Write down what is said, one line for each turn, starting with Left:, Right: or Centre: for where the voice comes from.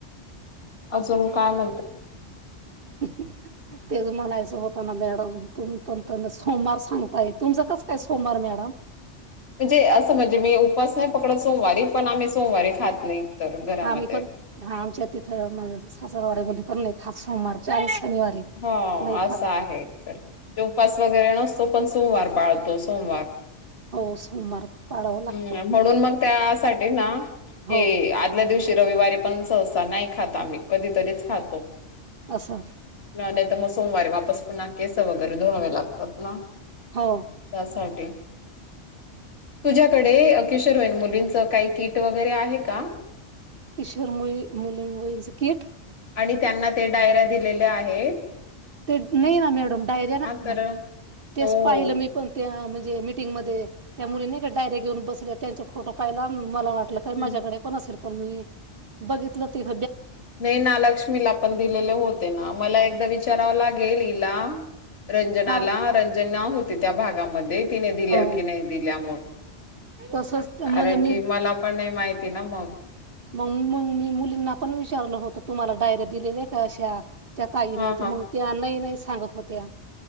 Left: अजून काल
Right: तेच मला होता ना मॅडम तुम्ही पण सोमवार सांगताय तुमचं कसं काय सोमवार मॅडम
Left: म्हणजे असं म्हणजे मी उपास नाही पकडत सोमवारी पण आम्ही सोमवारी खात नाही तर घरामध्ये.
Right: आम्ही पण हा आमच्या तिथं सासरवाड्या मध्ये मी पण नाही खात सोमवारच शनिवारी
Left: हो
Right: नाही
Left: असं आहे तर उपास वगैरे नसतो तो पण सोमवार पाळतो सोमवार
Right: हो सोमवार पाळावा लागतो
Left: हम् म्हणून मग त्यासाठी ना
Right: हो
Left: मी आदल्या दिवशी रविवारी पण सहसा नाही खाता आम्ही कधीतरीच खातो
Right: असं
Left: नाहीतर मग सोमवारी वापस पुन्हा केस वगैरे धुवावे लागतात ना
Right: हो
Left: त्यासाठी तुझ्याकडे किशोरवयन मुलींच काही किट वगैरे आहे का
Right: किशीर मुलून वय झ किठ
Left: आणि त्यांना ते डायऱ्या दिलेल्या आहेत आहेत
Right: ते नाही ना मॅडम डायर्या लागते
Left: तर
Right: ना
Left: हो
Right: तेच पाहिलं
Left: हो
Right: मी पण त्या म्ह जे मिटींगमध्ये त्या मुलीनाही का डायर्या घेऊन बसल्या त्यांचे फोटो पाहीले मला वाटलं का
Left: हम्म
Right: माझ्याकडे पण असेल पण मी बघितलं तिथ
Left: नाही ना लक्ष्मीला पण दिलेले होते ना मला एकदा विचारावं लागेल गेलला रंजनाला
Right: हा
Left: रंजना होती त्या भागामध्ये तिने दिल्या
Right: हो
Left: की नाही दिल्या मग
Right: तसच म्हणजे
Left: कारण
Right: मी
Left: की मला पण नाही माहिती ना मग
Right: मग मग मी मुलींना पण विचारलं विचारललं होत तुम्हाला डायऱ्या दिलेल्या का अशा त्या ताईंनी
Left: हा हा
Right: तर मग त्या नाही नाही सांगत होत्या